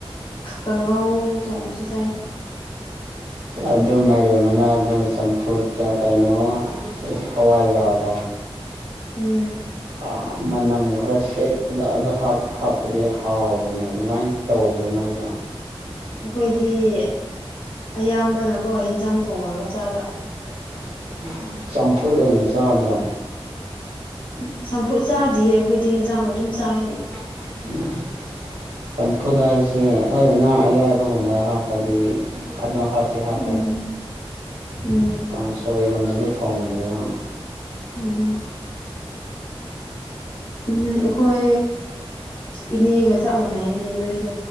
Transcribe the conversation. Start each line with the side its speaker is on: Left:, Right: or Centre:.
Left: ꯀꯥꯡꯉꯧ ꯊꯣꯡꯁꯨ ꯆꯥꯏ <inaudible>
Right: ꯑꯗꯨ ꯃꯥꯏꯔꯦꯝꯕꯅꯗ ꯆꯝꯐꯨꯠꯀ ꯀꯩꯅꯣ ꯍꯋꯥꯏꯖꯥꯔꯗ‌ꯣ
Left: ꯎꯝ
Right: ꯑ ꯃꯅꯝ ꯈꯔ ꯁꯦꯠꯄꯗ ꯑꯗ ꯍꯥꯞ ꯍꯥꯞꯄꯗꯤ ꯍꯥꯎꯕꯅꯦ ꯑꯗꯨꯃꯥꯏꯅ ꯇꯧꯕ꯭ꯔꯥ ꯅꯣꯏ ꯌꯥꯝ
Left: ꯑꯩꯈꯣꯏꯗꯤ ꯑꯌꯥꯝꯕꯅꯀꯣ ꯍꯦꯟꯖꯥꯡ ꯊꯣꯡꯉꯒ ꯆꯥꯕ
Right: <unintelligible> ꯆꯝꯐꯨꯠ ꯑꯣꯏꯅ ꯆꯥꯗ꯭ꯔꯣ
Left: ꯎꯝ ꯆꯝꯐꯨꯠ ꯆꯥꯗꯤꯌꯦ ꯑꯈꯣꯏꯗꯤ ꯍꯦꯟꯖꯥꯡ ꯑꯗꯨꯝ ꯆꯥꯏꯌꯦ
Right: <unintelligible> ꯆꯝꯐꯨꯠ ꯍꯥꯏꯁꯦ ꯑꯧ ꯉꯥ ꯑꯌꯥꯏꯕꯒꯨꯝꯕ ꯍꯥꯞꯄꯗꯤ ꯑꯗꯣ ꯍꯥꯞ ꯗꯤ ꯍꯥꯞꯄꯦ
Left: ꯎꯝ ꯎꯝ
Right: ꯀꯥꯡꯁꯣꯏꯒꯨꯝꯕꯗꯤ ꯊꯣꯡꯕꯅꯦꯕ
Left: ꯎꯝ ꯎꯝ ꯍꯣꯏ ꯏꯅꯦꯒ ꯆꯞ ꯃꯥꯟꯅꯩꯅꯦꯌꯦ ꯅꯣꯏꯁꯨ